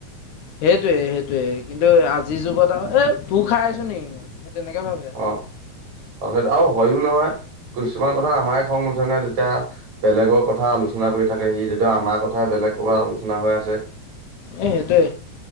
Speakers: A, on the left (about 75°); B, on the right (about 70°).
A: সেইটোয়ে সেইটোয়ে, কিন্তু আজিৰ যুগত আৰু এ তোৰ খাই আছো নেকি মই। সেই তেনেকে ভাবে। আৰু
B: অ', সেইটো, আৰু হয়ো নহয় কিছুমান কথাত আমাৰে খং নুঠে, যেতিয়া বেলেগৰ কথা আলোচনা কৰি থাকে। সি আমাৰ কথা বেলেগ। কৰ'বাত আলোচনা হৈ আছে।
A: এই সেইটোৱে